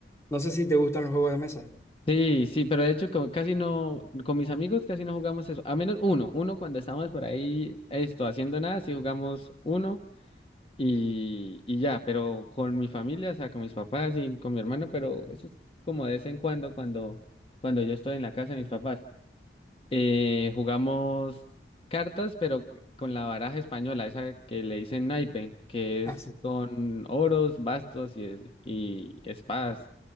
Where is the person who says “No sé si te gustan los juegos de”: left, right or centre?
Left